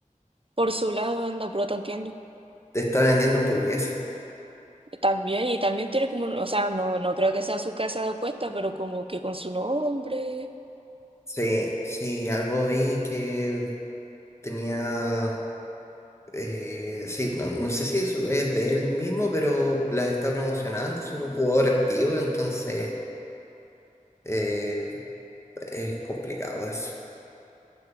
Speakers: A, on the right; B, on the left.
A: por su lado, anda protonteando.
B: Te está vendiendo hamburguesa.
A: También, y también tiene como, o sea, no, no creo que sea su casa de apuesta, pero como que con su nombre.
B: Sí, sí, algo vi que tenía, eh, sí, no, no sé si eso es de él mismo, pero las está promocionando, es un jugador activo, entonces eh, es complicado eso.